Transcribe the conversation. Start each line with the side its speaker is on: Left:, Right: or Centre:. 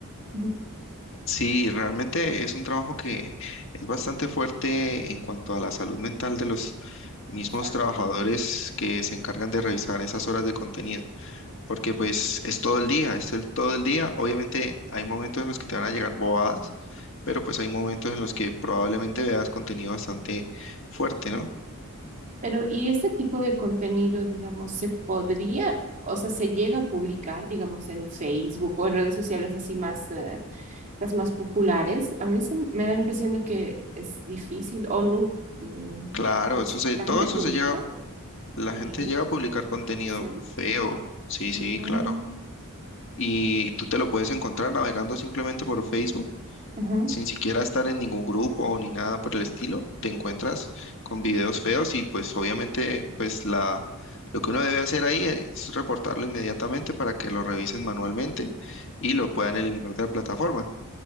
Right: Ujú,
Left: Sí, realmente es un trabajo que es bastante fuerte en cuanto a la salud mental de los mismos
Right: Exacto.
Left: trabajadores que se encargan de revisar esas horas de contenido, porque pues es todo el día, es el, todo el día. Obviamente hay momentos en los que te van a llegar bobadas, pero pues hay momentos en los que probablemente veas contenido bastante fuerte, ¿no?
Right: Pero, ¿y este tipo de contenido, digamos, se podría, o sea, se llega a publicar, digamos, en Facebook o en redes sociales así más, eh, las más populares? A mí se m- me da la impresión de que es difícil o no. mm,
Left: Claro,
Right: nunca he visto.
Left: eso se,
Right: ¿La
Left: todo
Right: gente
Left: eso
Right: publica
Left: se llega, la gente
Right: ahí?
Left: llega a publicar contenido
Right: Sí.
Left: feo, sí,
Right: Mm,
Left: sí, claro. Y tú te lo puedes encontrar navegando simplemente por Facebook
Right: ujú.
Left: sin siquiera estar en ningún grupo ni nada por el estilo, te encuentras con videos feos y pues obviamente pues la lo que uno debe hacer ahí es reportarlo inmediatamente para que lo revisen manualmente y lo puedan eliminar de la plataforma.